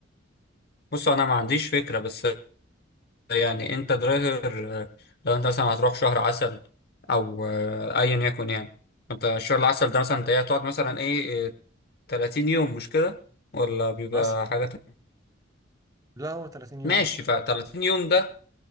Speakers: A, on the left; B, on the right.
A: بص انا ما عنديش فكره بس يعني انت درايفر آه، لو انت مثلا هتروح شهر عسل او آه، ايا يكن يعني انت شهر العسل ده مثلا انت ايه هتقعد مثلا ايه آه، 30 يوم مش كده ولا بيبقى
B: مثلا
A: حاجة تانية
B: لا هو 30 يوم
A: ماشي ف 30 يوم ده